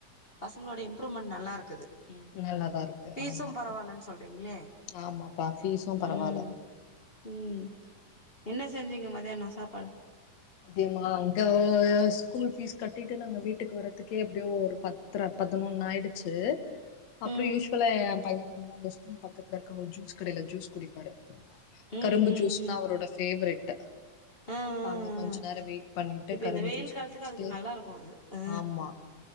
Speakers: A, on the left; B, on the left.
A: பசங்களோட இம்ப்ரூவ்மெண்ட் நல்லா இருக்குது ம்
B: நல்லாதா இருக்கு
A: ஃபீஸும்
B: ஆமா
A: பரவால்லன்னு சொல்றீங்களே
B: ஆமாப்பா ஃபீசும் பரவாயில்ல
A: ம் ம் என்ன செஞ்சீங்க மதியானோ சாப்பாடு
B: மதியமா அங்க ஸ்கூல் ஃபீஸ் கட்டிட்டு நாங்க வீட்டுக்கு வர்றதுக்கே எப்டியோ ஒரு பத்தர பதனொன்னு ஆயிடுச்சு அப்புறோ
A: ம்
B: யூஸ்வுலா ஏ பைய அங்க ஸ்கூல் பக்கத்துல இருக்குற ஒரு ஜூஸ் கடையில ஜூஸ் குடிப்பாரு
A: ம்
B: கரும்பு
A: ம்
B: ஜூஸ்னா
A: ம்
B: அவரோட பேவரெட்
A: ஆ ஆ
B: அங்க
A: ஆ
B: கொஞ்ச நேரம் வெயிட் பண்ணிட்டு
A: இப்ப
B: கரும்பு
A: இந்த வெயில்
B: ஜூஸ்
A: காலத்துக்கு
B: குடிச்சுட்டு
A: அதுக்கு நல்லா இருக்கு அது ஆ
B: ஆமா